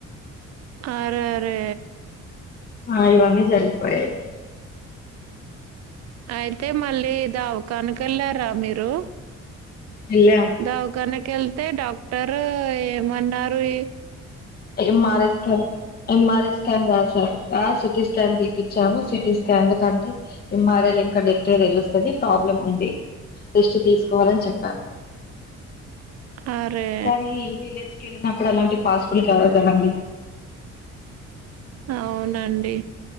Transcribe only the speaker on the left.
ఆ ఇవన్నీ జరి <unintelligible>
వెళ్ళాము
M R I scan M R I scan రాశారు రా సిటి స్కాన్ తీపిచ్చాము సిటి స్కాన్ ఎందుకంటే ఎం ఆర్ ఐ ల ఇంకా డెప్ట్ గా తెలుస్తాది ప్రాబ్లమ్ ఉంది రెస్ట్ తీసుకోవాలని చెప్పారు
కానీ విలేజ్ కెళ్ళినప్పుడు అలాంటి పాసిబుల్ కావు కదండి